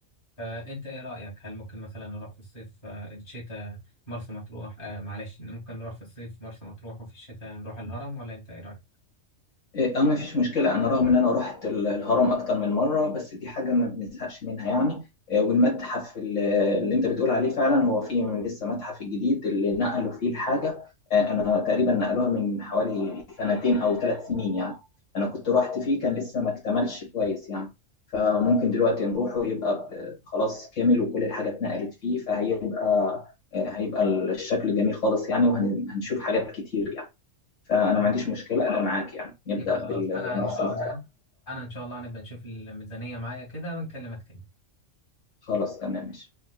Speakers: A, on the left (about 45°); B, on the left (about 75°).
A: فأنت إيه رأيك هل ممكن مثلا نروح في الصيف آه، الشتاء مرسى مطروح آه، معلش ممكن نروح في الصيف مرسى مطروح وفي الشتاء نروح الهرم ولا أنت إيه رأيك؟
B: إيه، اه مفيش مشكلة أنا رغم إن أنا رحت ال- الهرم أكتر من مرة بس دي حاجة ما بنزهقش منها يعني آه، والمتحف ال- اللي أنت بتقول عليه فعلا هو فيه لسه متحف الجديد اللي نقلوا فيه الحاجة آه، أنا تقريبا نقلوها من حوالي سنتين أو ثلاث سنين يعني أنا كنت رحت فيه كان لسه ما اكتملش كويس يعني فممكن دلوقتي نروح ويبقى ب- خلاص كامل وكل الحاجة اتنقلت فيه فهيبقى آه، هيبقى الشكل جميل خالص يعني وهنشوف حاجات كتير يعني فأنا
A: خلاص
B: ما عنديش مشكلة أنا معاك يعني نبدأ
A: يبقى خلاص
B: بالمصروف
A: أنا إن شاء الله أنا إن شاء الله هنبقى نشوف الميزانية معايا كده ونكلمك تاني
B: خلاص تمام ماشي